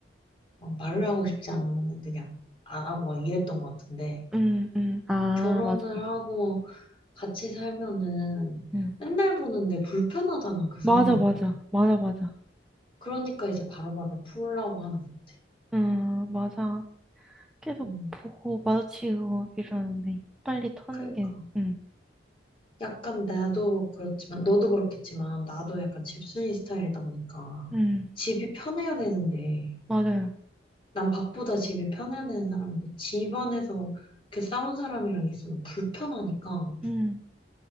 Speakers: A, on the left; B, in the centre.
A: 막 말을 하고 싶지 않으면 그냥 안 하고 막 이랬던 것 같은데
B: 음, 응 아,
A: 결혼을
B: 맞아, 맞아.
A: 하고 같이 살면은
B: 응.
A: 맨날 보는데 불편하잖아, 그
B: 맞아,
A: 상황이.
B: 맞아, 맞아, 맞아.
A: 그러니까 이제 바로바로 풀라고 하는 것 같아.
B: 응, 맞아. 계속
A: 음,
B: 보고 마주치고 이러는데 빨리 터는
A: 그러니까.
B: 게, 응,
A: 약간 나도 그렇지만, 너도 그렇겠지만, 나도 약간 집순이 스타일이다 보니까,
B: 응,
A: 집이 편해야 되는데,
B: 맞아요.
A: 난 밥보다 집이 편해야 되는 사람인데, 집 안에서 이렇게 싸운 사람이랑 있으면 불편하니까,
B: 응,